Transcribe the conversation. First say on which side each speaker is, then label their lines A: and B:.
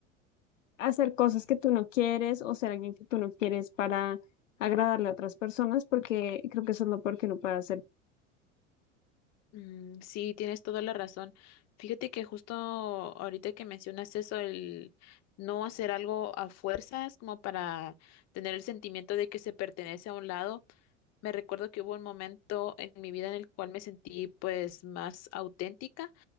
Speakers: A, on the left; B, on the left.
A: a hacer cosas que tú no quieres o ser alguien que tú no quieres para agradarle a otras personas, porque creo que eso es lo peor que uno puede hacer.
B: Mm, sí, tienes toda la razón. Fíjate que justo ahorita que mencionas eso, el no hacer algo a fuerzas, como para tener el sentimiento de que se pertenece a un lado, me recuerdo que hubo un momento en mi vida en el cual me sentí pues más auténtica,